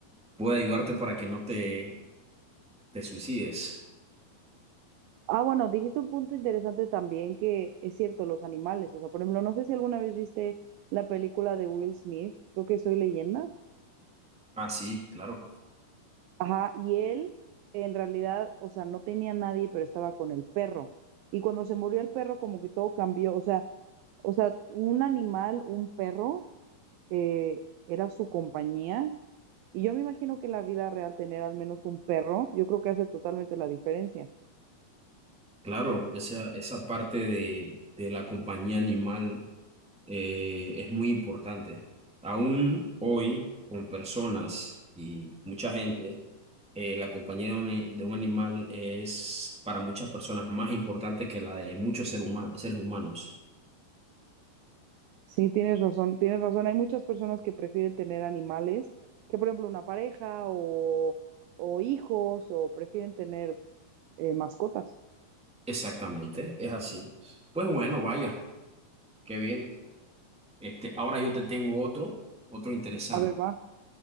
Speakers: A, in the centre; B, on the right.
A: pueda ayudarte para que no te, te suicides.
B: Ah, bueno, dijiste un punto interesante también que es cierto, los animales. O sea, por ejemplo, no sé si alguna vez viste la película de Will Smith, creo que Soy Leyenda.
A: Ah, sí, claro,
B: Ajá, y él en realidad, o sea, no tenía nadie, pero estaba con el perro. Y cuando se murió el perro, como que todo cambió. O sea, o sea, un animal, un perro, eh, era su compañía. Y yo me imagino que en la vida real tener al menos un perro, yo creo que hace totalmente la diferencia.
A: claro, esa, esa parte de, de la compañía animal. eh, es muy importante. Aún hoy, con personas y mucha gente, eh, la compañía de un, de un animal es para muchas personas más importante que la de muchos ser huma- seres humanos.
B: Sí, tienes razón, tienes razón. Hay muchas personas que prefieren tener animales, que por ejemplo una pareja o, o hijos, o prefieren tener eh, mascotas.
A: Exactamente, es así. Pues bueno, vaya, qué bien. Este, ahora yo te tengo otro, otro interesante.
B: A ver, va.